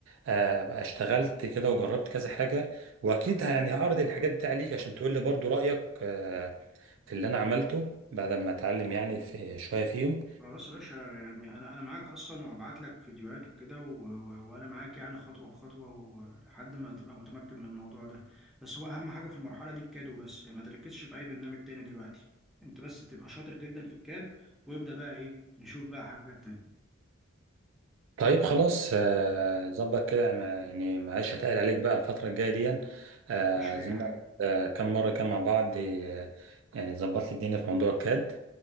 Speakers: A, on the right (about 70°); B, in the centre.
A: آه، بقى اشتغلت كده وجربت كذا حاجة واكيد ه- يعني هعرض الحاجات دي عليك عشان تقول لي برضو رأيك آه، في اللي انا عملته بعد ما اتعلم يعني في شوية فيهم
B: خلاص يا باشا يعني انا انا معاك اصلا وهبعت لك فيديوهات وكده و... و... وانا معاك يعني خطوه بخطوه ولحد ما تبقى متمكن من الموضوع ده بس هو اهم حاجه في المرحله دي الكادو بس يعني ما تركزش في اي برنامج تاني دلوقتي انت بس تبقى شاطر جدا في الكاد وابدا بقى ايه نشوف بقى حاجات تانية
A: طيب خلاص آه، ظبط كده ما- يعني معلش هتقل عليك بقى الفترة الجاية دي آه،
B: مفيش
A: عايزين
B: اي حاجه
A: نقعد، آه، كم مرة كده مع بعض آه، يعني ظبط لي الدنيا في موضوع الكاد